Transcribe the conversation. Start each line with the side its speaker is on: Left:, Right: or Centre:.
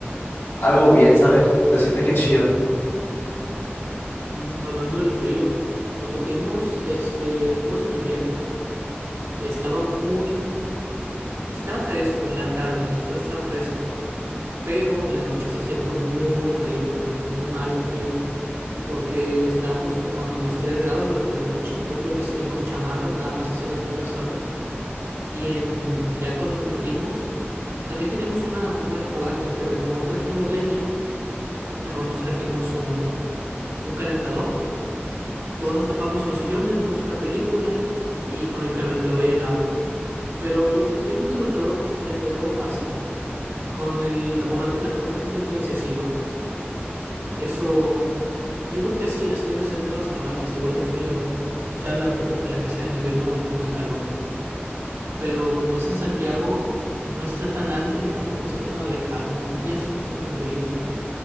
Left: algo bien, ¿sabes? Te sientes que chido.
Right: Mm, Hablando del frío, cuando fuimos, este, fuimos en invierno. Estaba muy, estaba fresco en la tarde, en la tarde estaba fresco, pero en la noche sí se pone muy frío, de que muy mal frío, porque estábamos como a menos 3 grados durante la noche. Yo tuve que salir con chamarra, nada más a hacer la carne asada. Y en, ya cuando nos metimos, también teníamos una, una fogata, pero como no trajimos leña, mejor nos trajimos un, un calentador. Todos nos tapamos en los sillones, vimos una película y con el calentador hay helado. Pero yo, creo- yo creo que con el calor, calentador basta. Con el, la fogata, la fogata creo que es muy excesiva. Eso, yo creo que así, así debe ser en todas las cabañas, igual de frío, sea la época en la que sea, en invierno o en, o en calor. pero como es en Santiago, no está tan alto ni tampoco está tan alejado, no pienso que esté tan frío.